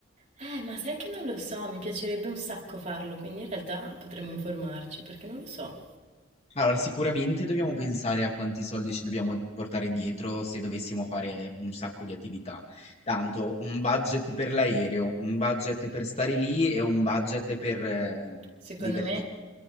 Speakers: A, on the right; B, on the left.
A: Eh, ma sai che non lo so, mi piacerebbe un sacco farlo, quindi in realtà potremmo informarci, perché non lo so.
B: Allora, sicuramente dobbiamo pensare a quanti soldi ci dobbiamo portare dietro se dovessimo fare un sacco di attività. Tanto un budget per l'aereo, un budget per stare lì e un budget per eh,
A: Secondo
B: divertirsi.
A: me